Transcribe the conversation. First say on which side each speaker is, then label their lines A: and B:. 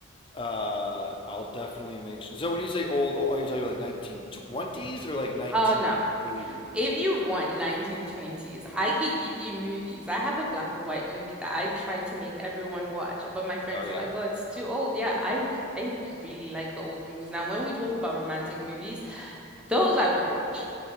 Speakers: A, on the left; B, in the centre.
A: uh I'll definitely make sure. So when you say old, oh, are you talking about like 1920s or like 1980s?
B: Oh no. If you want 1920s, I could give you movies. I have a black and white movie that I've tried to make everyone watch, but my friends
A: Oh yeah,
B: are like, "Oh, it's too old." Yeah, I I really like the old movies. Now, when we talk about romantic movies, those I would watch